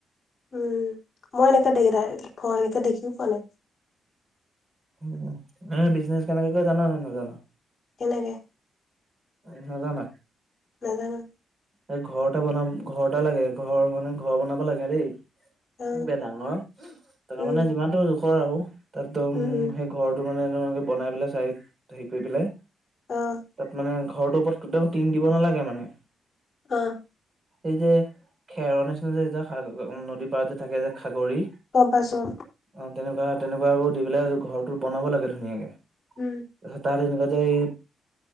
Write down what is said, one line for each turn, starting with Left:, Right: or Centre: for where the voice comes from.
Left: উম, মই এনেকে দেওদাই এনেকে দেখিয়ে পোৱা নাই।
Right: উম, মানে বিজনেচ কেনেকে কৰে জান নে নাজান?
Left: কেনেকে?
Right: উ, নাজান?
Left: নাজানো।
Right: এই ঘৰ এটা বনা, ঘৰ এটা লাগে ঘৰ মানে ঘৰ বনাব লাগে দেই।
Left: অ
Right: ডাঙৰ তাৰমানে
Left: উম
Right: যিমানটো জোখৰ আৰু তাতদম
Left: উম উম
Right: সেই ঘৰত টো মানে এনেকুৱা বনাই পেলাই চাইত হে কৰি পেলাই
Left: অ'।
Right: তাত মানে ঘৰটোৰ ওপৰত কেতিয়াও টিং দিব নালাগে মানে।
Left: অ'।
Right: এই যে খেৰৰ নিচিনা যে যেতি নদীৰ পাৰত যে থাকে যে খাগৰি
Left: গম পাইছোঁ।
Right: অ' তেনেকুৱা তেনেকুৱাবোৰ দি পেলাই ঘৰটো বনাব লাগে ধুনীয়াকে।
Left: হুম।
Right: তাৰপিছত এনেকুৱাতে এই